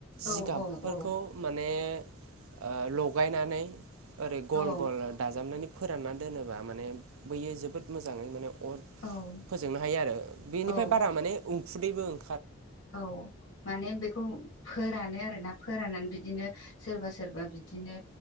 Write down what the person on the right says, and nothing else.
जिगाबफोरखौ
माने ओ लगायनानै ओरै गल
गल दाजाबनानै फोरानना दोनोबा माने बैयो जोबोद मोजाङै माने अ
फोजोंनो हायो आरो बेनिफ्राय
बारा माने उखुदैबो ओं